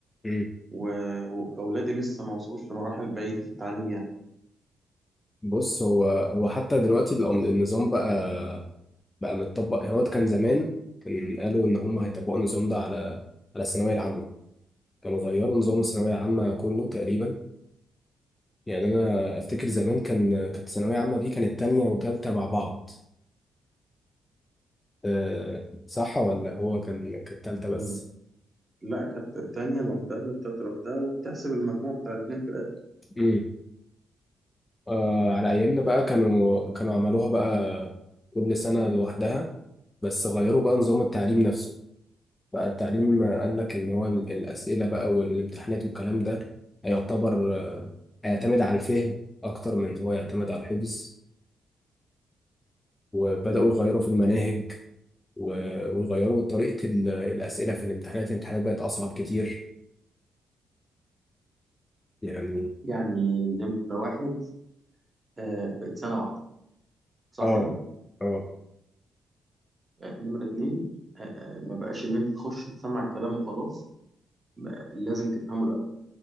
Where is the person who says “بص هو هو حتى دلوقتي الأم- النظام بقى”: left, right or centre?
Left